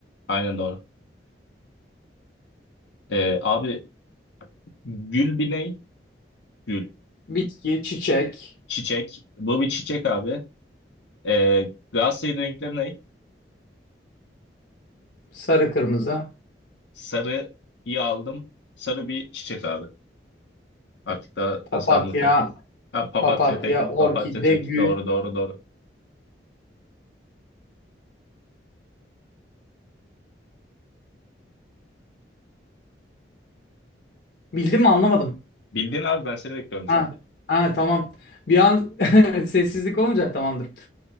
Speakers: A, on the left (about 85°); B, on the left (about 65°).
A: Aynen doğru. Ee, abi gül bir ney? Gül.
B: bitki, çiçek,
A: Çiçek. Bu bir çiçek abi. Ee, Galatasaray'ın renkleri ney?
B: sarı kırmızı,
A: Sarıyı aldım. Sarı bir çiçek abi. Artık daha
B: papatya,
A: nasıl anlatırım? Ha, papatya
B: papatya,
A: tek. Papatya
B: orkide,
A: tek.
B: gül.
A: Doğru doğru doğru.
B: Bildim mi anlamadım.
A: Bildin abi ben seni bekliyorum
B: Ha,
A: şu an.
B: ha tamam. Bir an <laughs> sessizlik olunca tamamdır.